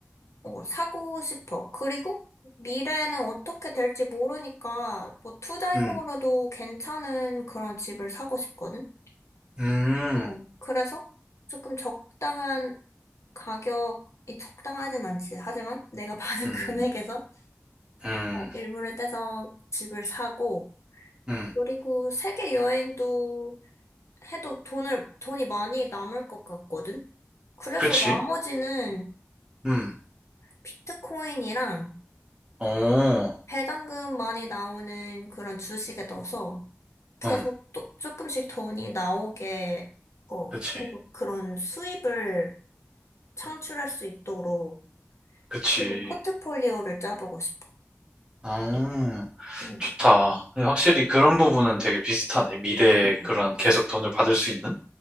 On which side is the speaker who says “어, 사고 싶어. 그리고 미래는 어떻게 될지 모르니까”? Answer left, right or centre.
Left